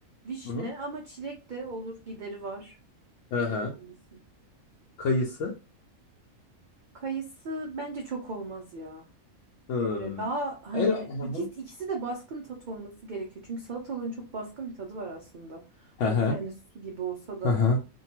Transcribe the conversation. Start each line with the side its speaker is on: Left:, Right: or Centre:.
Right: vişne
Left: Hı hı.
Right: ama çilek de olur gideri var.
Left: Hı
Right: Neden
Left: hı.
Right: olmasın?
Left: Kayısı.
Right: Kayısı bence çok olmaz ya.
Left: Hmm.
Right: Böyle daha hani
Left: Ay, hı
Right: ikisi,
Left: hı.
Right: ikisi de baskın tat olması gerekiyor. Çünkü salatalığın çok baskın bir tadı var aslında.
Left: Hı
Right: Hani
Left: hı.
Right: kendi su gibi olsa
Left: Hı
Right: da
Left: hı.